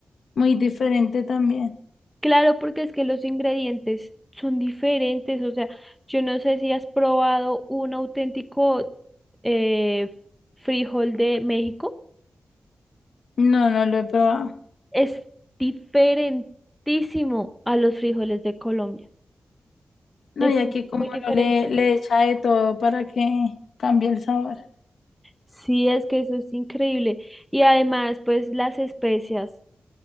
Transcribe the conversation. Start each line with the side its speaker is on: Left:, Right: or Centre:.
Left: muy diferente también.
Centre: Claro, porque es que los ingredientes son diferentes, o sea, yo no sé si has probado un auténtico eh, frijol de México,
Left: No, no lo he probado.
Centre: es diferentísimo a los frijoles de Colombia,
Left: No,
Centre: es
Left: y aquí como
Centre: muy diferente.
Left: no le, le echa de todo para que cambie el sabor.
Centre: Sí, es que eso es increíble. Y además, pues las especias,